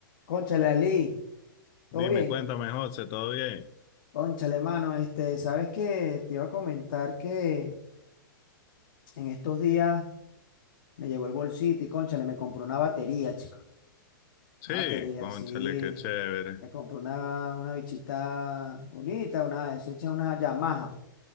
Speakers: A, on the left; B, on the left.
A: Cónchale, Ali, ¿todo
B: Dime,
A: bien?
B: cuéntame, José, ¿todo bien?
A: Cónchale, mano, este, ¿sabes qué? Te iba a comentar que en estos días me llegó el bolsito y cónchale, me compró una batería, chico.
B: Sí,
A: Una batería,
B: cónchale,
A: sí.
B: qué chévere.
A: Me compró una, una bichita bonita, una, es hecha una Yamaha.